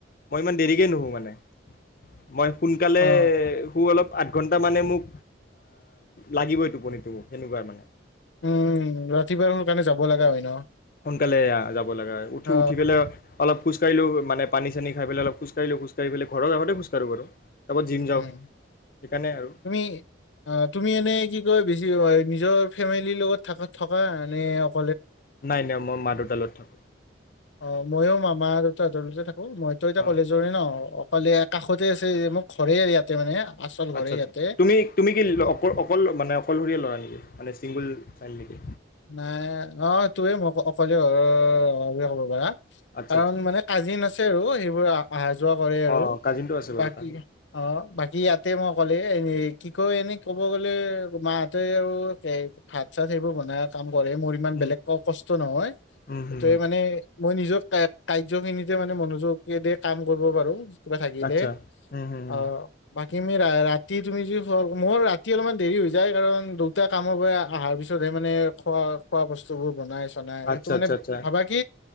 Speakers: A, on the left; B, on the left.
A: মই ইমান দেৰিকে নুশু মানে। মই সোনকালে
B: অ
A: শু অলপ। আঠ ঘণ্টা মানে মোক লাগিবই টোপনিটো মোক সেনেকুৱা মানে।
B: উম, ৰাতিপুৱাই সোনকালে যাব লগা হয় ন।
A: সোনকালে যাব। লগা হয়, উঠি
B: অ
A: উঠি পেলাই অলপ খোজ কাঢ়িলোঁ, মানে পানী-চানি খাই পেলে অলপ খোজ কাঢ়িলোঁ, খোজ কাঢ়ি পেলে ঘৰৰ আগতে খোজ কাঢ়োঁ বাৰু। তাৰপৰা জিম যাওঁ
B: উম,
A: সেইকাৰণে আৰু
B: তুমি অ তুমি এনে কি কয় বেছি নিজৰ- ফেমিলিৰ লগত থাকা, থকা নে অকল
A: নাই নাই, মই মাদুত। তালত থাকোঁ।
B: অ', ময়ো মামা আৰু তাহাঁতৰতে থাকোঁ। ও, মইতো এতিয়া
A: অঁ
B: কলেজৰে ন অকলে আ কাষতে আছে, মোক ঘৰে ইয়াতে মানে। আচল ঘৰে
A: আচ্ছা
B: ইয়াতে
A: আচছা, তুমি, তুমি কিল অকল, অকল মানে অকলশৰীয়া ল। ল'ৰা নিকি, মানে চিংগুল চাইল্ড নিকি?
B: নাই, অ তয়ে ম অকলে ঘৰৰ হ'ব পাৰা।
A: আচ্ছা
B: কাৰণ
A: আচ্ছা
B: মানে কাজিন আছে আৰু সেইবোৰ আহা-যোৱা কৰে আৰু
A: অ কাজিনটো আছে বাৰু
B: বাকী,
A: কাজিন
B: অ বাকী ইয়াতে মই অকলে এনে কি কয় এনে। ক'ব গ'লে মাহঁতেই আৰু ভাত-চাত সেইবোৰ বনাই। পঢ়ে মোৰ ইমান
A: উম
B: বেলেগ ক কষ্ট নহয়,
A: উম
B: সেইটোয়ে
A: হুম হুম।
B: মানে। মই নিজৰ কা, কাৰ্য খিনিতে মানে মনোযোগেদি কাম কৰিব পাৰো। কিবা থাকিলে,
A: আচ্ছা উম হুম হুম
B: অ, বাক তুমি ৰাতি তুমি যদি মোৰ ৰাতি অলপমান দেৰি হৈ যায় কাৰণ দুটা কামৰ পৰা অহাৰ পিছতহে মানে। খোৱা খোৱা বস্তু বোৰ বনাই আছো নাই সেইটো
A: আচ্ছা
B: মানে
A: আচ্ছা আচ্ছা
B: ভাবা কি